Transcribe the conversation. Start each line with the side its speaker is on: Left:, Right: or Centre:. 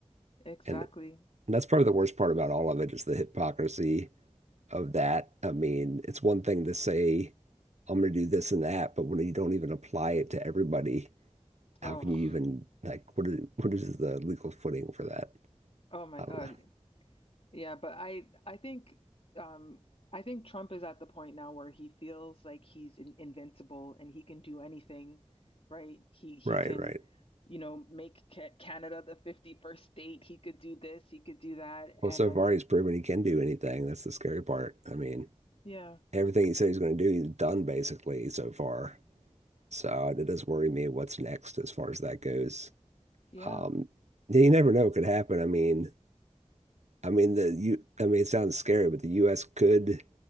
Left: exactly.
Right: And that's probably the worst part about all of it is the hypocrisy of that. I mean, it's one thing to say, I'm going to do this and that, but when you don't even apply it to everybody,
Left: Oh,
Right: how can you even like what is what is the legal footing for that?
Left: oh my
Right: I
Left: God.
Right: don't know.
Left: Yeah, but I I think um I think Trump is at the point now where he feels like he's in, invincible and he can do anything, right? He he
Right: Right,
Left: can,
Right: right.
Left: you know, make ca Canada the 51st state. He could do this, he could do that.
Right: Well,
Left: And
Right: so
Left: I
Right: far
Left: mean,
Right: he's proven he can do anything. That's the scary part. I mean,
Left: yeah.
Right: everything he said he's going to do, he's done basically so far. So it does worry me what's next as far as that goes.
Left: Yeah.
Right: Um, yeah, you never know what could happen. I mean, I mean the you. I mean, it sounds scary, but the U.S. could